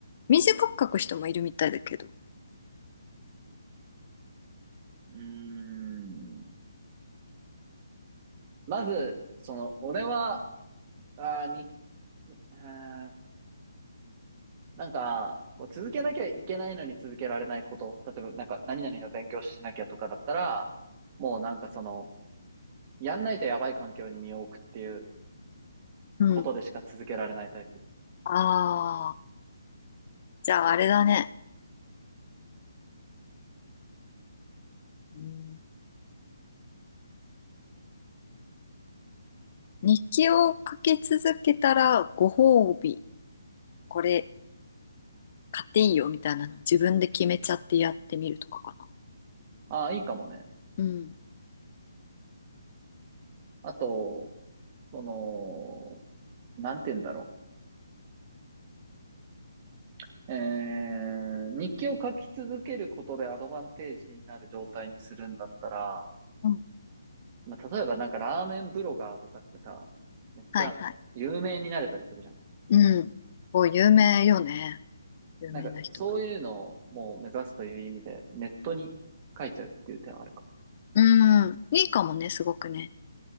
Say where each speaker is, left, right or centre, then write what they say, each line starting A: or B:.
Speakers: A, on the left; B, on the right.
A: 短く書く人もいるみたいだけど。
B: ーん。まず、その、俺は、あに、あなんか、こう続けなきゃいけないのに続けられないこと。例えば、なんか、何々の勉強しなきゃとかだったら、もうなんかその、やんないとやばい環境に身を置くっていう
A: うん。
B: ことでしか続けられないタイプ。
A: ああ、じゃああれだね。うん日記を書き続けたらご褒美。これ買っていいよみたいなのを自分で決めちゃってやってみるとかかな。
B: ああ、いいかもね。
A: うん。
B: あと、その、なんて言うんだろう。えー、日記を書き続けることでアドバンテージになる状態にするんだったら、
A: うん
B: まあ、例えばなんかラーメンブロガーとかってさ、めっちゃ有名になれたりするじゃん。
A: はいはい。うん。こう、有名よね。有名な人はね。
B: なんかそういうのをもう目指すという意味でネットに書いちゃうっていう手はあるか。
A: うん。いいかもね、すごくね。